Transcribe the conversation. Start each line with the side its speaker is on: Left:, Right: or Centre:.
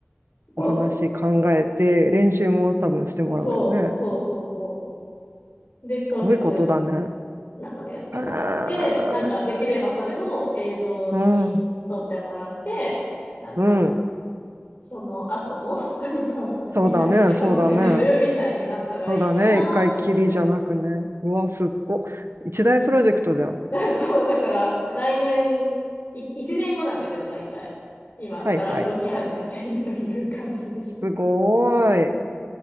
Left: そ
Right: お話考えて、練習も多分してもらうよね。
Left: う、そう、そう、そう、そう。で、当日、
Right: すごいことだね。
Left: 生でやってもらって、
Right: あー
Left: なんか、できればそれを映像に撮ってもらって、
Right: うん、
Left: なんか、
Right: うん。
Left: その後も、なんか、
Right: そうだね、
Left: 見たりして楽しめるみたいになったらいいかなと思って。
Right: そうだね。そうだね。一回きりじゃなくね。うわ、すっご。一大プロジェクトじゃん。
Left: <laughs> そう、だから、来年、い、1年後なんだけど、大体。今から動き始めているという感じです。
Right: はいはい。すごーい。